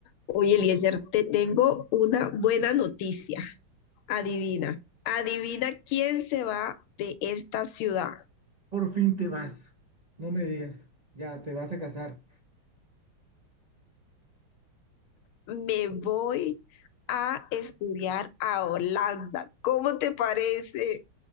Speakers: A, on the left; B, on the right.
A: Oye, Eliezer, te tengo una buena noticia. Adivina, adivina quién se va de esta ciudad.
B: Por fin te vas. No me digas. Ya, te vas a casar.
A: Me voy a
B: Ah,
A: estudiar a Holanda. ¿Cómo te parece?